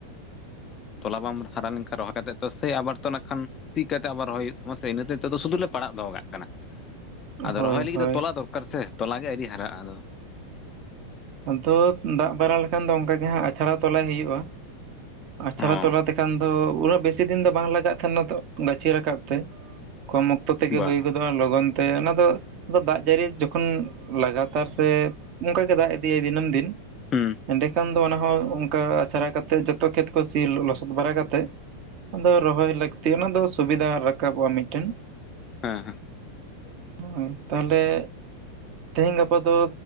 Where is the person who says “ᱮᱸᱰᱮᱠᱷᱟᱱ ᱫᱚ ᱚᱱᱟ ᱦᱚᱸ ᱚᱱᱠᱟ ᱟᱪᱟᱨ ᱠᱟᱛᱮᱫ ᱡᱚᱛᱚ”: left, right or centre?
Right